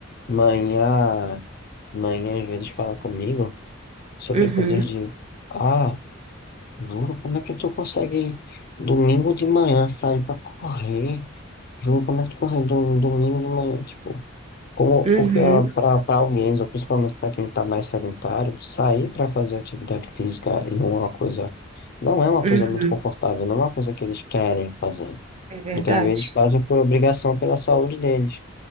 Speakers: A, on the left; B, on the right.
A: manhã, manhã às vezes fala comigo sobre
B: uhum,
A: coisas de. Ah, Júlio, como é que tu consegue domingo de manhã sair pra correr? Júlio, como é que tu consegue do- domingo de manhã? Tipo. Como,
B: uhum,
A: porque para alguém, ou principalmente para quem está mais sedentário, sair para fazer atividade física é uma coisa, não é uma
B: uhum.
A: coisa muito confortável, não é uma coisa que eles querem fazer.
B: É verdade.
A: Muitas vezes fazem por obrigação pela saúde deles.